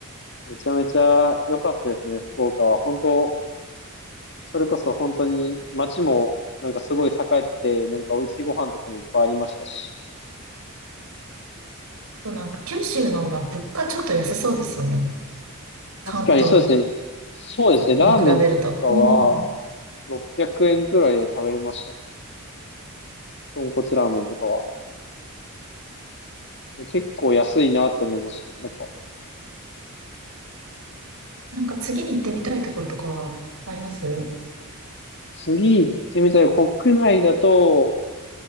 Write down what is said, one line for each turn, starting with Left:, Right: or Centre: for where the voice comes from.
Left: めちゃめちゃ良かったですね、福岡は。本当、それこそ本当に街もなんかすごい栄えてて、なんか美味しいご飯とかもいっぱいありましたし。
Right: そうなんか九州の方が物価ちょっと安そうですよね。関東
Left: 確かにそうですね。そうですね。
Right: こに比べると。
Left: ラーメンとかは、
Right: うん。
Left: 600円くえんくらいで食べれましたね。豚骨ラーメンとかは。結構安いなって思いますね。やっぱ。
Right: なんか次に行ってみたいところとかはあります
Left: 次行ってみたい。国内だと、